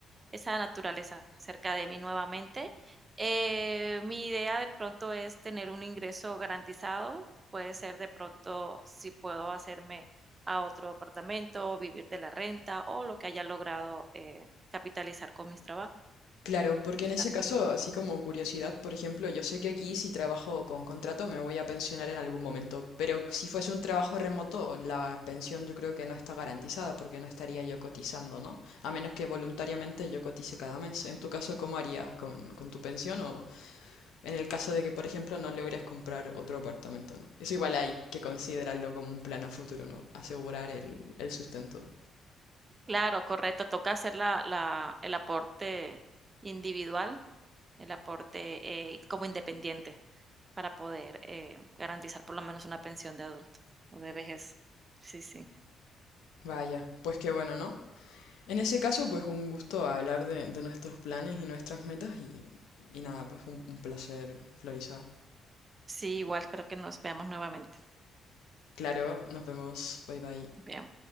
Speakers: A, on the right (about 30°); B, on the left (about 85°).
A: esa naturaleza cerca de mí nuevamente. Eh, mi idea de pronto es tener un ingreso garantizado, puede ser de pronto si puedo hacerme a otro apartamento, vivir de la renta o lo que haya logrado eh, capitalizar con mis trabajos.
B: Claro, porque
A: Es
B: en ese
A: la meta.
B: caso, así como curiosidad, por ejemplo, yo sé que aquí si trabajo con contrato me voy a pensionar en algún momento, pero si fuese un trabajo remoto, la pensión yo creo que no está garantizada porque no estaría yo cotizando, ¿no? A menos que voluntariamente yo cotice cada mes. En tu caso, ¿cómo harías con, con tu pensión o, En el caso de que, por ejemplo, no logres comprar otro apartamento, ¿no? Eso igual hay que considerarlo como un plan a futuro, ¿no? Asegurar el, el sustento.
A: Claro, correcto. Toca hacer la, la- el aporte individual, el aporte eh, como independiente para poder eh, garantizar por lo menos una pensión de adulto o de vejez. Sí, sí.
B: Vaya, pues qué bueno, ¿no? En ese caso, pues un gusto hablar de, de nuestros planes y nuestras metas y, y nada, pues un, un placer, Florisa.
A: Sí, igual espero que nos veamos nuevamente.
B: Claro, nos vemos. Bye bye.
A: Bien.